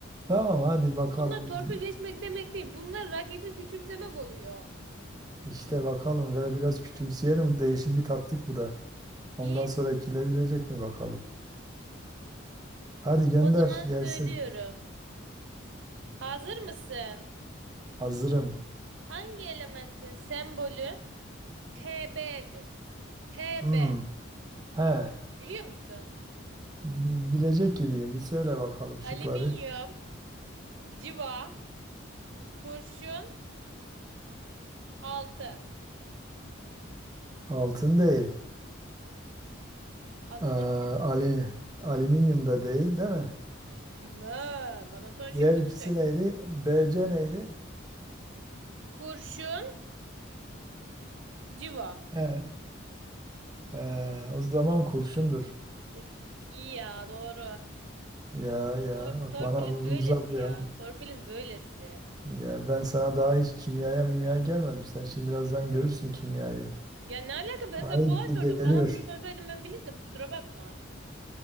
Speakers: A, on the right; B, on the right.
A: Tamam hadi bakalım.
B: Bunlar torpil geçmek demek değil. Bunlar rakibi küçümsemek oluyor.
A: İşte bakalım. Böyle biraz küçümseyelim. Değişik bir taktik bu da. Ondan
B: İyi.
A: sonra ekilebilecek mi bakalım. Hadi gönder
B: O zaman
A: gelsin.
B: söylüyorum. Hazır mısın?
A: Hazırım.
B: Hangi elementin sembolü Pb'dir? Pb.
A: Hmm. He.
B: Biliyor musun?
A: Bilecek gibiyim. Bir söyle bakalım
B: Alüminyum,
A: şıkları.
B: civa, kurşun, altın.
A: Altın değil.
B: Altının
A: Aa,
B: ne?
A: ali, alüminyum da değil, değil mi?
B: Bilmem. Bana son şıkkını
A: Diğer ikisi
B: söyle.
A: neydi? BC neydi?
B: Kurşun, civa.
A: He, Ee, o zaman kurşundur.
B: Üf, iyi ya doğru.
A: Ya ya
B: Tor-
A: bak
B: torpilin
A: bana uz-
B: böylesi
A: uzak bir
B: ya.
A: alan.
B: Torpilin böylesi.
A: Ya ben sana daha hiç kimyaya mimyaya gelmedim. Sen şimdi birazdan görürsün kimyayı.
B: Ya ne alaka ben
A: Haydi
B: sana kolay sordum.
A: geliyor.
B: Bana bunu sorsaydın ben bilirdim. Kusura bakma.